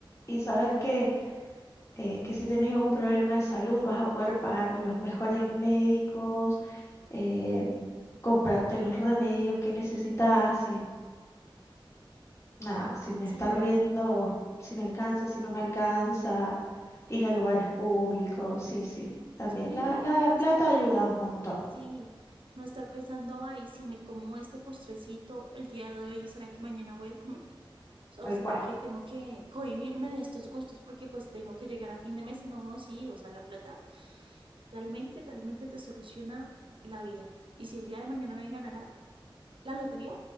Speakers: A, on the left (about 30°); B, on the right (about 70°).
A: Y saber que, eh, que si tienes algún problema de salud vas a poder pagar los mejores médicos, eh, comprarte los remedios que necesitas nada, sin estar
B: Sí.
A: viendo si me alcanza, si no me alcanza, ir a lugares públicos, sí, sí, también.
B: Sí,
A: La,
B: no,
A: la
B: no estar
A: plata
B: pensando
A: ayuda un montón,
B: Sí, no estar pensando, ay, si me como este postrecito el día de hoy, ¿será que mañana voy a comer? ¿O
A: tal
B: será
A: cual.
B: que tengo que cohibirme de estos gustos porque pues tengo que llegar a fin de mes? No, sí, o sea, la plata realmente, realmente te soluciona la vida. Y si el día de mañana me ganara la lotería,